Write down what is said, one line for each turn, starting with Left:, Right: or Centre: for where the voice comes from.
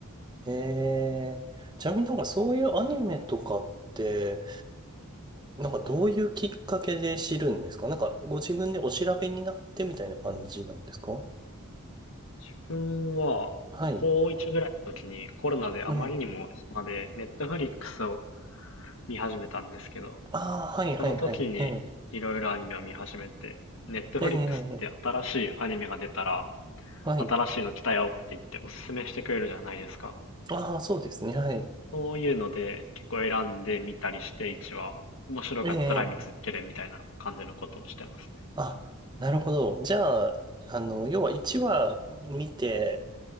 Right: ええ。ちなみになんかそういうアニメとかって、なんかどういうきっかけで知るんですかなんかご自分でお調べになってみたいな感じなんですか
Left: 自分は、
Right: はい。
Left: 高1ぐらいの時にコロナであまりにも暇で、
Right: ええ。
Left: ネットフリックスを見始めたんですけど、
Right: ああ、はいはいはい。
Left: その時にいろいろアニメを見始めて、
Right: ええ。
Left: ネットフリックスって新しいアニメが出たら、
Right: ええ。ええはい。
Left: 新しいの来たよって言っておすすめしてくれるじゃないですか。
Right: ああ、そうですね。はい。
Left: そういうので結構選んで見たりして1話、いちわ面白かったら見続けるみたいな感じのことをしてますね。
Right: ええ。あ、なるほど。じゃあ、あの、要は1話見て、